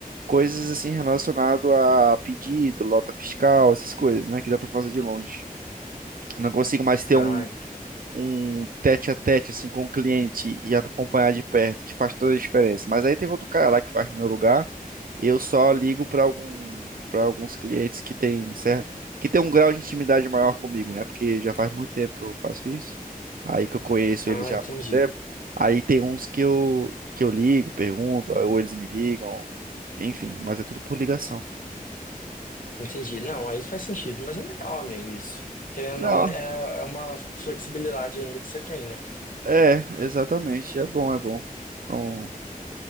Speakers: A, on the right; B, on the left.
A: coisas assim relacionado a pedido, lota fiscal, essas coisas, né, que dá para fazer de longe. Não consigo mais ter
B: Ah,
A: um,
B: ent-
A: um tete a tete assim com o cliente e acompanhar de perto, que faz toda a diferença. Mas aí tem outro cara lá que faz no meu lugar. Eu só ligo para algum, para alguns clientes que tem certo que tem um grau de intimidade maior comigo, né? Porque já faz muito tempo que eu faço isso. Aí que eu conheço
B: ah,
A: eles já
B: entendi.
A: há muito tempo. Aí tem uns que eu que eu ligo, pergunto, ou eles me ligam, enfim, mas é tudo por ligação.
B: Entendi. Não, aí faz sentido, mas é legal, amigo, isso. Querendo
A: Não,
B: ou não, é, é uma flexibilidade ainda que você tem, né?
A: é, é, exatamente, é bom, é bom. Não